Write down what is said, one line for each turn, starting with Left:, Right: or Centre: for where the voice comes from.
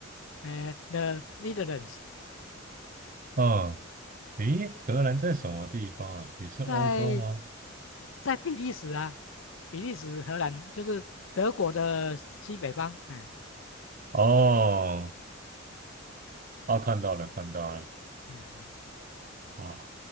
Left: 哎，The Netherlands，
Right: 哦，诶，荷兰在什么地方啊？也是欧洲吗？
Left: 在在比利时啊，比利时、荷兰就是德国的西北方，哎，
Right: 哦。啊，看到了，看到了，
Left: 嗯嗯
Right: 啊，